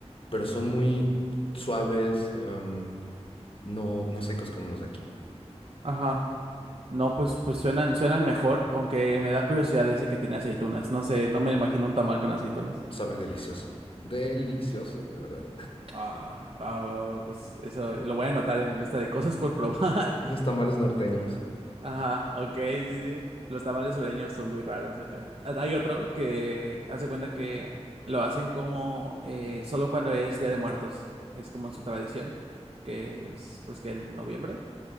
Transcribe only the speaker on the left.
pero son muy suaves, em, no, no secos como los de aquí.
Sabe delicioso. Delicioso, de verdad.
Unos tamales norteños.